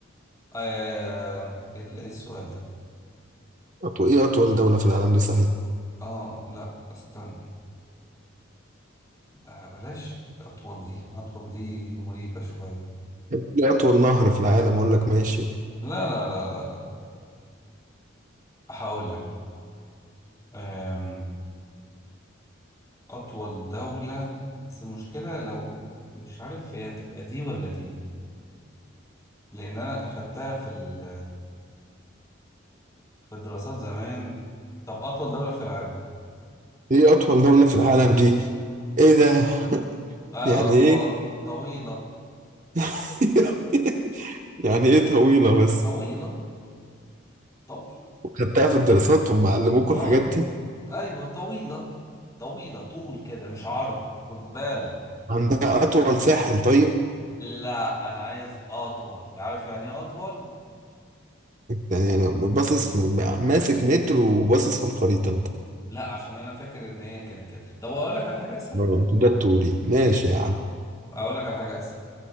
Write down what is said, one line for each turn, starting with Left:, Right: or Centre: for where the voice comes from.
Left: آه إيه ال- إيه السؤال ده
Right: أطول إيه أطول دولة في العالم دي صحيح؟
Left: اه لا استنى آه بلاش اطول دي اطول دي مريبة شوية
Right: إيه أطول نهر في العالم أقول لك ماشي
Left: لا لا لا لا لا هقول لك آم، اطول دولة بس المشكلة لو مش عارف هي هتبقى دي ولا دي لان انا اخدتها في ال في الدراسات زمان طب أطول دولة في العالم
Right: إيه أطول دولة في العالم دي؟ إيه ده؟ <laughs>
Left: آه،
Right: يعني
Left: أطول
Right: إيه؟
Left: طويلة
Right: <laughs> يعني إيه طويلة بس؟
Left: طويلة طويلة
Right: وخدتها في الدراسات وهم علموكوا
Left: آه
Right: الحاجات دي؟
Left: أيوة طويلة طويلة طول كده مش عرض خد بالك
Right: عندها أطول ساحل طيب؟
Left: لا أنا عايز أطول عارف يعني إيه أطول؟
Right: يعني انا باصص في- ماسك متر وباصص في الخريطه انت
Left: لا عشان أنا فاكر إن هي كانت كده طب أقول لك على حاجة أسهل
Right: اه ده الطولي ماشي يا عم
Left: أقول لك على حاجة أسهل